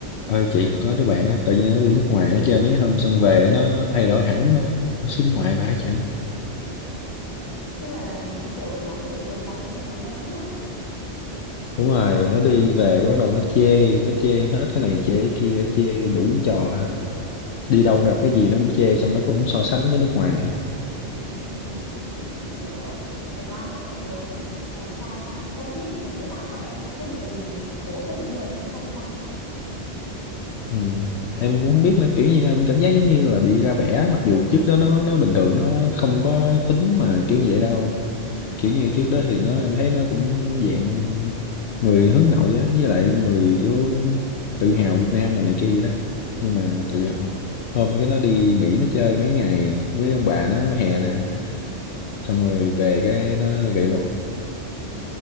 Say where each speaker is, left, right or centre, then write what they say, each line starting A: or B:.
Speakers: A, on the left (about 70°); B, on the left (about 20°).
A: ơi chị có đứa bạn á tự nhiên nó đi nước ngoài nó chơi mấy hôm xong về nó nó thay đổi hẳn luôn nó xính ngoại phải chị
B: Tức là như kiểu nó thể hiện bản thân nhiều hơn đúng không?
A: đúng rồi nó đi về cái bắt đầu nó chê nó chê hết cái này chê cái kia chê đủ trò hết đi đâu gặp cái gì nó cũng chê xong nó cũng so sánh với nước ngoài hết
B: Ừm, hiểu. Thật ra cái này á là sao ta không biết những đứa bạn của em nó có bị cố tình như vậy hay không ta?
A: ừ. em cũng không biết nữa kiểu như em cảm giác giống như là bị ra vẻ mặc dù trước đó nó nó bình thường nó không có tính mà kiểu vậy đâu
B: Ừ,
A: kiểu như trước đó thì nó em thấy nó cũng dạng người hướng nội á với lại người kiểu tự hào Việt Nam rồi này kia vậy đó
B: ừ.
A: nhưng mà tự hào hôm cái nó đi Mỹ nó chơi mấy ngày với ông bà nó hè nè xong rồi về cái nó vậy luôn
B: Ừ,